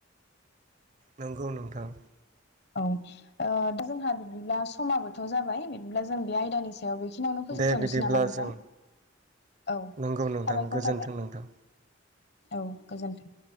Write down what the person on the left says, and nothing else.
औ ओ दा जोंहा बिदिब्ला समाबोथ जाबाय बिदिब्ला जों बे आयदानि सायाव बेखिनियावनो फोजोबथनोसै
नामा नोंथां
औ
साबायखर
थाबाय
औ गोजोनथों।